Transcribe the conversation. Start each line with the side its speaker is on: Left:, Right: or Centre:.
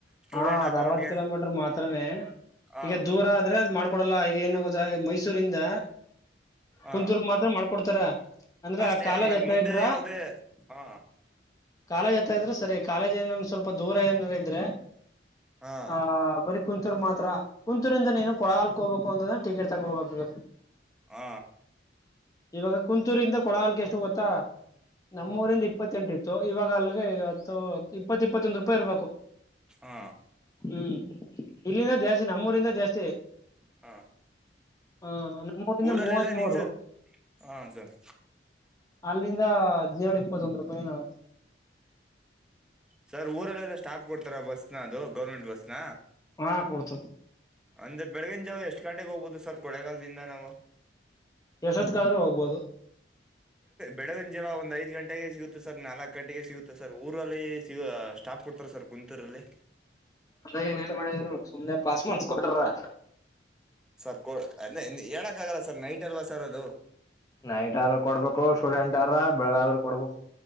Centre: ಸ್ಟೂಡೆಂಟ್
Left: ಹಾ ಅದ್
Centre: ಅಕೌಂಟ್ಗೆ
Left: ಅರವತ್ತು ಕಿಲೋಮೀಟರ್ ಮಾತ್ರಮೇ
Centre: ಹ
Left: ಈಗ ದೂರ ಆದ್ರೆ ಅ್ ಮಾಡ್ಕೊಡಲ್ಲ ಈಗ ಏನು ಗೊತ್ತ ಮೈಸೂರಿಂದ
Centre: ಹ
Left: ಕುಂತೂರು ಮಾತ್ರ ಮಾಡ್ಕೊಡ್ತಾರ ಅಂದ್ರ
Centre: ಅಷ್ಟೇ
Left: ಕಾಲೇಜ್
Centre: ಆಮೇಲೆ
Left: ಹತ್ತ
Centre: ಮುಂದೆ
Left: ಇದ್ರ
Centre: ಯಾವ್ದೇ ಹ
Left: ಕಾಲೇಜ್ ಹತ್ತ ಇದ್ರೆ ಸರಿ ಕಾಲೇಜ್ ಏನ ಸ್ವಲ್ಪ ದೂರ ಏನಾರ ಇದ್ರೆ
Centre: ಹ
Left: ಆ ಬರಿ ಕುಂತೂರ್ ಮಾತ್ರ ಕುಂತೂರಿಂದ ನೀನು ಕೊಳ್ಳೆಗಾಲಕ್ಕೆ ಹೋಗಬೇಕು ಅಂತ್ರೆ ಟಿಕೆಟ್ ತಗೋಬೇಕೆ
Centre: ಹ್ಮ
Left: ಇವಾಗ ಕುಂತೂರಿಂದ ಕೊಳಗಲ್ಕ್ಕೆ ಎಷ್ಟು ಗೊತ್ತಾ ನಮ್ಮೂರಿಂದ ಇಪ್ಪತ್ತೆಂಟಿತ್ತು ಇವಾಗ ಅಲ್ಗೆ ಇಪ್ಪತ್ತ ಇಪ್ಪತ್ತೊಂದು ರೂಪಾಯಿ ಇರ್ಬೇಕು
Centre: ಹಾ
Left: ಹ್ಮ್ ಇಲ್ಲಿಂದ ಜಾಸ್ತಿ ನಮ್ಮೂರಿಂದ ಜಾಸ್ತಿ
Centre: ಹಾ
Left: ಹ ನಮ್ಮೂರಿಂದ
Centre: ಊರಲ್ಲೆಲ್ಲಾ
Left: ಮೂವತ್ ಮೂರು
Centre: ನಿನ್ಸು ಹಾ ಸರ್
Left: ಅಲ್ಲಿಂದ ಹದ್ಿನೇಳು ಇಪ್ಪತ್ತೊಂದ್ ರೂಪಾಯಿನತಿ
Centre: ಸರ್ ಊರಲ್ಲೆಲ್ಲ ಸ್ಟಾಪ್ ಕೊಡ್ತಾರ ಬಸ್ನ ಅದು ಗೌರ್ಮೆಂಟ್ ಬಸ್ನ
Left: ಹಾ ಕೊಡ್ತರೇ
Centre: ಅಂದ್ರ ಬೆಳಗಿನ ಜಾವ ಎಷ್ಟು ಗಂಟೆಗೆ ಹೋಗ್ಬಹುದು ಸರ್ ಕೊಳೆಗಾಲದಿಂದ ನಾವು
Left: ಎಷ್ಟೊತ್ಕಾದ್ರೂ ಹೋಗ್ಬೋದು
Centre: ಬೆಳಗಿನ ಜಲ ಒಂದ್ ಐದ್ ಗಂಟೆ ನಾಲ್ಕು ಗಂಟೆಗೆ ಸಿಗುತ್ತೆ ಸರ್ ಊರಲ್ಲಿ ಸಿ ಸ್ಟಾಪ್ ಕೊಡ್ತಾರ ಸರ್ ಕುಂತೂರಲ್ಲಿ
Left: ಏನ ನ್ ಮಾಡಿದ್ರು ಸುಮ್ನೆ ಪಾಸ್ ಮಾಡಸ್ಕೊಂಡ್ರ್ರ
Centre: ಸರ್ ಅ ಹೇಳಕ್ ಆಗಲ್ಲ ಸರ್ ನೈಟ್ ಅಲ್ವಾ ಸರ್ ಅದು
Left: ನೈಟ್ ಆದ್ರೂ ಕೊಡ್ಬೇಕು ಸ್ಟೂಡೆಂಟ್ ಆದ್ರ ಬೆಳಗೆದ್ರೂ ಕೊಡ್ಬೇಕು